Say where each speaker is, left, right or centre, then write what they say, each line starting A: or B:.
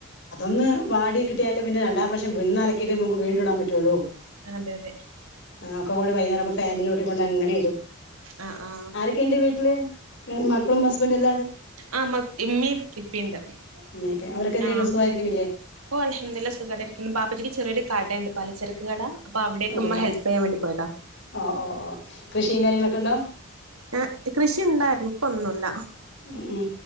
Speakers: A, on the left (about 55°); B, on the right (about 80°).
A: ഒന്ന് വാടി കിട്ടിയാല് പിന്നെ രണ്ടാം പ്രാവശ്യം വിന്ന് അലക്കിട്ട് നമക്ക് വീണ്ടും ഇടാൻ പറ്റുള്ളൂ
B: അതെ അതെ
A: ആ ഒക്കെ കൂടി വൈകുന്നേരം ആവുമ്പോ ഫാനിൻ്റെ ചോട്ട് കൊണ്ട് അങ്ങനെ ഇടും
B: ആ ആ
A: ആരൊക്കെ ഉണ്ട് വീട്ടില് മക്കളും ഹസ്ബന്റും അല്ലാതെ
B: ആ മ ഇമ്മീ ഇപ്പിണ്ട്
A: ഉമ്മയും ഉപ്പയും അവരൊക്കെ എന്ത്
B: ആ
A: ചെയ്യണ് സുഖായിരിക്കണില്ലേ
B: ഓ അൽഹംദുദുലില്ലാ സുഖായിട്ട് ഇരിക്കുന്നു ബാപ്പച്ചിക്ക് ചെറിയൊരു കട ഉണ്ട് പലച്ചരക്ക് കട അപ്പൊ അവിടെക്കെ
A: അതെ
B: ഉമ്മ ഹെൽപ് ചെയ്യാൻ വേണ്ടി പോയതാ
A: ഓ ഓ ഓ കൃഷിയും കാര്യങ്ങളൊക്കെ ഉണ്ടോ
B: ആ കൃഷി ഉണ്ടായിരുന്നു ഇപ്പൊന്നുല്ല
A: ഉം